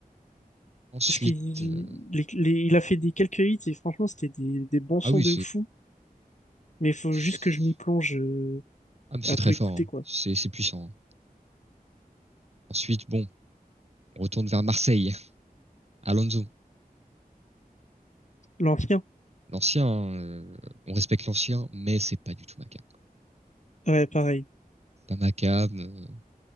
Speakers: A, on the right; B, on the left.
A: Ensuite,
B: Parce qu'il
A: euh,
B: les- les- il a fait des quelques hits et franchement, c'était des, des bons sons
A: ah oui,
B: de fou. Mais il faut
A: c'est,
B: juste que je m'y plonge euh,
A: Ah, mais c'est
B: à
A: très
B: tout écouter,
A: fort, hein.
B: quoi.
A: C'est c'est puissant. hein. Ensuite, bon, on retourne vers Marseille. Alonso,
B: L'ancien,
A: l'ancien, euh, on respecte l'ancien, mais c'est pas du tout ma cam.
B: ouais, pareil.
A: Pas ma cam, euh,